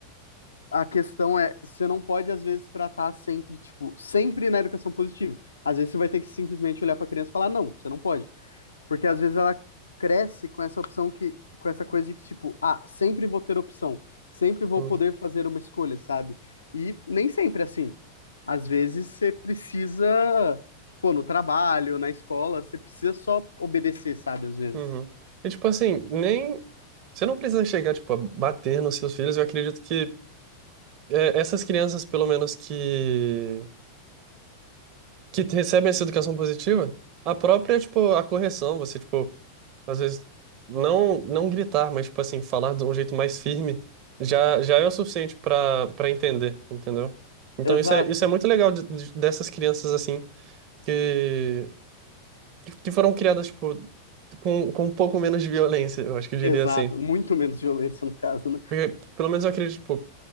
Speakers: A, on the left (about 75°); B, on the right (about 40°).
A: a questão é, você não pode às vezes tratar sempre, tipo, sempre na educação positiva. Às vezes você vai ter que simplesmente olhar para a criança e falar, não, você não pode. Porque às vezes ela cresce com essa opção que, com essa coisa de que, tipo, ah, sempre vou ter opção, sempre vou
B: Hum.
A: poder fazer uma escolha, sabe? E nem sempre é assim. Às vezes você precisa, pô, no trabalho, na escola, você precisa só obedecer, sabe? Às vezes.
B: Uhum. E tipo assim, nem. Você não precisa chegar, tipo, a bater nos seus filhos. Eu acredito que é, essas crianças, pelo menos, que. que recebem essa educação positiva, a própria, tipo, a correção, você, tipo, às vezes não, não gritar, mas, tipo assim, falar de um jeito mais firme, já, já é o suficiente pra para entender, entendeu? Então
A: Exato,
B: isso é, isso é muito legal de- de- dessas crianças, assim, que, que foram criadas, tipo, com, com um pouco menos de violência, eu acho que eu diria
A: exato.
B: assim.
A: Muito menos violência, no caso, né?
B: Porque, pelo menos eu acredito, tipo,